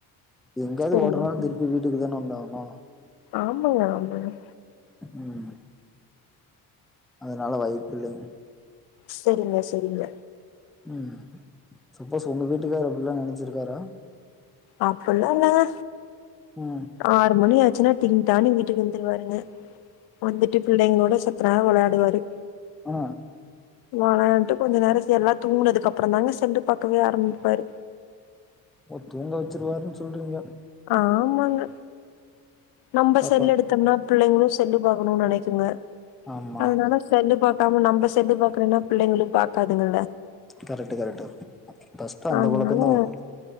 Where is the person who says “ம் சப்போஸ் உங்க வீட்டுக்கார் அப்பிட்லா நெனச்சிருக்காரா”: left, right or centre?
Centre